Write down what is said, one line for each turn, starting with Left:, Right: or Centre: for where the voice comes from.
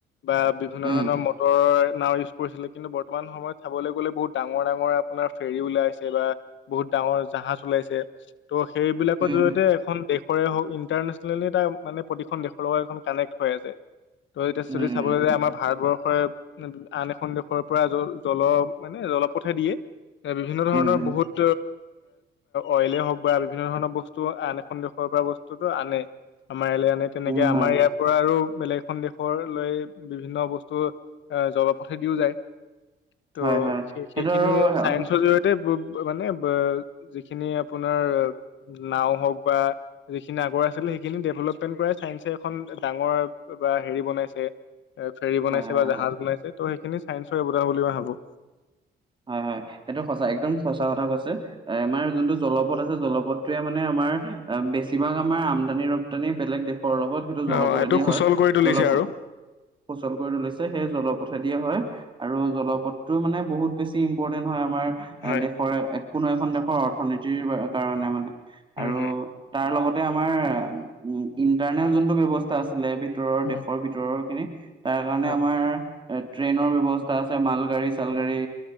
Left: বা বিভিন্ন
Right: উম,
Left: ধৰণৰ মটৰ নাও ইউজ কৰিছিলে। কিন্তু বৰ্তমান সময়ত চাবলৈ গ'লে বহুত ডাঙৰ-ডাঙৰ আপোনাৰ ফেৰী ওলাইছে বা বহুত ডাঙৰ জাহাজ ওলাইছে। ত' সেইবিলাকৰ
Right: উম,
Left: জৰিয় দেশৰে হওঁক, ইন্টাৰনেচনেলি এটা মানে প্ৰতিখন দেশৰ লগত এখন কানেক্ট হৈ আছে। ত এতিয়া
Right: উম,
Left: যদি চাবলৈ যায়
Right: উম,
Left: আমাৰ ভাৰতবৰ্ষৰে আন এখন দেশৰ পৰা জ জল মানে জলপথেদিয়ে এ বিভিন্ন ধৰণৰ
Right: উম,
Left: বহুত অইলে হওঁক বা বিভিন্ন ধৰণৰ বস্তু আন এখন দেশ দেশৰ পৰা বস্তুটো আনে, আমাৰ ইয়ালে আনে। তেনেকে
Right: উম,
Left: আমাৰ
Right: হয়,
Left: ইয়াৰ পৰা আৰু বেলেগ এখন দেশৰ লৈ বিভিন্ন বস্তু এ জলপথে দিও যায়। ত'
Right: হয়, হয়। সেইটো
Left: সেইখিনি
Right: আৰু হয়, হয়,
Left: চায়েন্সৰ জৰিয়তে বো ত মানে যিখিনি আপোনাৰ নাও হওঁক বা যিখিনি আগৰ আছিল সেইখিনি ডেভলপমেণ্ট পৰা চাইন্সে এখন ডাঙৰ বা বা হেৰি বনাইছে এ ফেৰী বনাইছে
Right: হয়,
Left: বা জাহাজ বনাইছে। ত' সেইখিনি চাইন্সৰে অৱদান বুলি মই ভাবো।
Right: হয় হয়, এইটো সঁচা একদম সঁচা কথা কৈছে, আমাৰ যোনটো জলপথ আছে জলপথ টোৱে মানে আমাৰ বেছিভাগ আমাৰ আমদানিৰ দানী বেলেগ দেশৰ লগত সেইটো জলপথেদি
Left: অ এইটো সুচল
Right: হয়,
Left: কৰি তুলিছে
Right: জলপ
Left: আৰু
Right: সুচল কৰি তুলিছে, সেই জলপথে দিয়ে হয়। আৰু জলপথটো মানে বহুত বেছি ইম্পৰ্টেন্ট হয় আমাৰ
Left: হয়।
Right: দেশৰ কোনো এখন দেশৰ অৰ্থনীতিৰ কাৰণে মানে
Left: উম,
Right: আৰু
Left: হম,
Right: তাৰ লগতে আমাৰ উম ইন্টাৰনেল যোনটো ব্যৱস্থা আছিলে ভিতৰৰ
Left: উম।
Right: দেশৰ ভিতৰৰখিনিত। তাৰ কাৰণে
Left: হয়।
Right: আমাৰ এ ট্ৰেইনৰ ব্যৱস্থা আছে, মালগাড়ী-চালগাড়ী